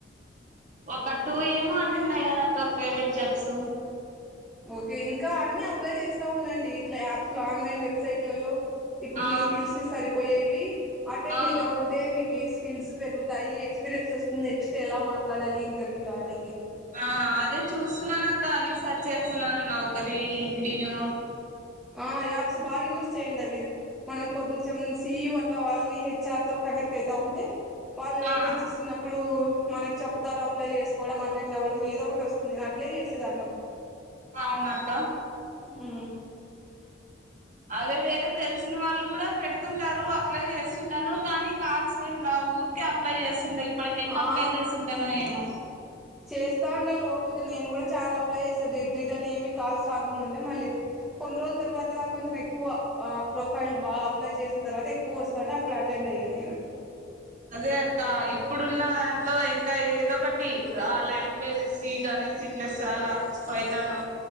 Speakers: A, on the right; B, in the centre.
A: ఒక టూ ఏమో అటండ్ అయ్యానక్క ప్రైవేట్ జాబ్స్
B: ఓకే ఇంకా అన్ని అప్లై చేస్తా ఉండండి ఇట్లా యాప్స్ లో ఆన్లైన్ వెబ్సైట్లలో ఇప్పుడు
A: ఆ
B: మీ స్కిల్స్ సరిపోయేవి అటెండ్
A: ఆ
B: అయితా ఉంటే మీకు స్కిల్స్ పెరుగుతాయి ఎక్స్పీరియన్స్ వస్తుంది నెక్స్ట్ ఎలా మాట్లాడాలి ఇంటర్వ్యూ లో అనేది
A: ఆ అదే చూస్తున్నాను అక్క అన్ని సర్చ్ చేస్తున్నాను నౌకరీ లింక్డను
B: ఆ యాప్స్ బాగా యూస్ చెయ్యండి అవి ఇ మనం కొంచెం సిఈ ఓ వాళ్ళని హెచ్ఆర్ తో కనెక్ట్ అవుతా ఉంటే వాళ్ళు వేకెన్సీస్
A: ఆ
B: ఉన్నప్పుడు మనకి చెప్తారు అప్లై చేసుకోవడం అటెండ్ అవ్వడం ఏదో ఒకటి వస్తుంది అట్లే చేసేది అన్నప్పుడు
A: అవునాక్క
B: ఆ
A: అదే వేరె తెలిసిన వాళ్ళు కూడా పెడుతుంటారు అప్లై చేస్తుంటాను కానీ కాల్స్ ఏం రావు ఊరికే అప్లై చేస్తుండే ఇప్పటికి ఎన్ని
B: ఆ
A: అప్లై చేసింటానో ఏమో
B: చేస్తా ఉండేల ఓపిగా ఇక్క నేను కూడా చాలా అప్లై చేసాను రిటర్న్ ఏమి కాల్స్ రాకుండా ఉండే మళ్ళీ కొన్ని రోజుల తర్వాత కొంచెం ఎక్కువ ప్రొఫైల్ బాగా అప్లై చేసిన తర్వాత ఎక్కువ వస్తా అప్పుడు అ ఉండయ నేను
A: అదే అక్క ఇప్పుడున్న దాంట్లో ఇంకా ఏదో ఒకటి ఆ లాంగ్వేజ్ సే కానీ పైథాన్ చాలా పయితాను